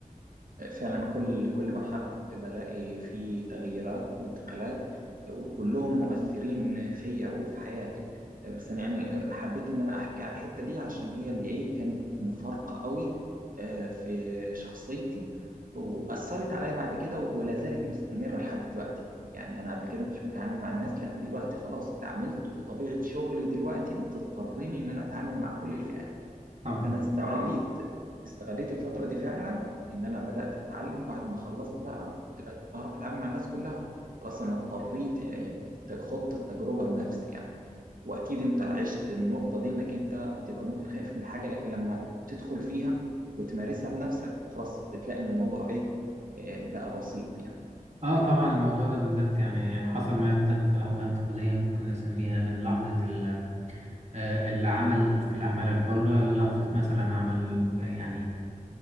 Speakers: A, on the right; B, on the right.
A: فعلا كل كل مرحلة كنت بلاقي فيه تغييرات وانتقالات وكلهم مؤثرين فيا وفي حياتي بس أنا يعني حبيت إن أنا أحكي على الحتة دي عشان هي اللي إيه كانت مفارقة قوي آه، في شخصيتي وأثرت عليا بعد كده ولا زالت مستمرة لحد دلوقتي يعني أنا قبل كده ما كنتش بتعامل مع الناس لا دلوقتي خلاص اتعاملت وطبيعة شغلي دلوقتي بتضطرني إن أنا أتعامل مع كل الفئات
B: طبعا
A: فانا اه استغليت استغليت الفتره دي فعلا ان انا بدات اتعلم بعد ما خلصت بقى كنت بت- بعرف اتعامل مع الناس كلها خلاص انا اضطريت يعني ت- خضت التجربه بنفسي يعني واكيد انت عشت النقطه دي انك انت تبقى ممكن خايف من حاجه لكن لما تدخل فيها وتمارسها بنفسك خلاص بتلاقي ان الموضوع ايه إيه، بقى بسيط يعني
B: اه طبعا الموضوع ده بالذات يعني حصل معايا بالذات في لحظة انتقالية ممكن نسميها من لحظة ال آه، العمل في الأعمال الحرة للحظة مثلا عمل يعني